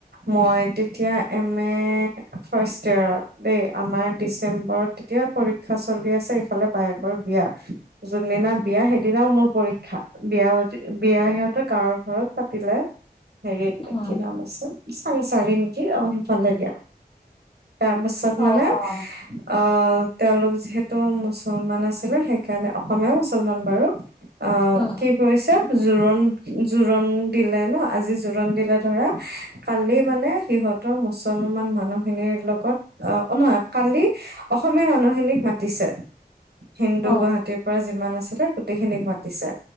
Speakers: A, on the right; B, on the left.
A: মই তেতিয়া এম এ দেই আমাৰ ডিচেম্বৰত এতিয়া পৰীক্ষা চলি আছে, ইফালে বায়েকৰ বিয়া। যোনদিনা বিয়া সেইদিনাও মোৰ পৰীক্ষা। বিয়া বিয়া সিহঁতেৰ গাঁৱৰ ঘৰত পাতিলে, হেৰিত
B: উম,
A: কি নাম আছিল। চাংচাৰি নেকি অ' সিফালে দিয়া, তাৰপিছত
B: অ',
A: মানে
B: অ',
A: আহ তেওঁলোক যিহেতু মুছলমান আছিলে, সেইকাৰণে অসমীয়া মুছলমান বাৰু। অ',
B: উম,
A: কি কৰিছে জোৰোণ জোৰোণ দিলে ন' আজি জোৰোণ দিলে ধৰা কালি
B: উম,
A: মানে সিহঁতৰ মুছলমান মানুহ খিনিৰ লগত অ' নহয় কালি অসমীয়া মানুহখিনিক মাতিছে। হিন্দু
B: অ'।
A: গুৱাহাটীৰ পৰা যিমান আছিলে গোটেইখিনিক মাতিছে